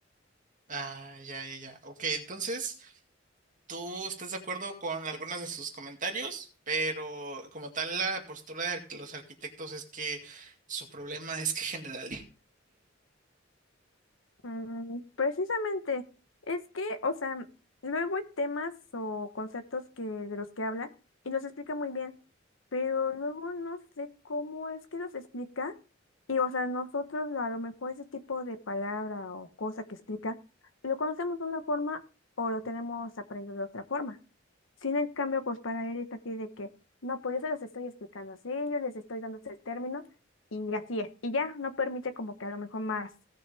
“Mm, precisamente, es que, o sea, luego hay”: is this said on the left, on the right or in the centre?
Left